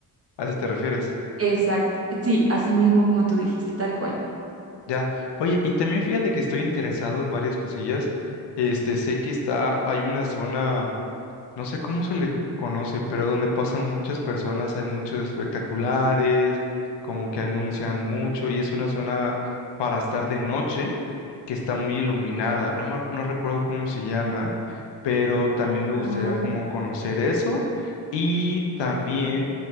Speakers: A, on the left; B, on the right.
A: A eso te refieres.
B: Exacto. Sí, así mismo como tú dijiste, tal cual.
A: Ya. Oye, y también fíjate que estoy interesado en varias cosillas. Este, sé que está, hay una zona. No sé cómo se le conoce, pero donde pasan muchas personas, hay muchos espectaculares, como que anuncian mucho, y es una zona para estar de noche que está muy iluminada. No, me- no recuerdo cómo se llama, pero también me gustaría
B: Ah,
A: como conocer eso y también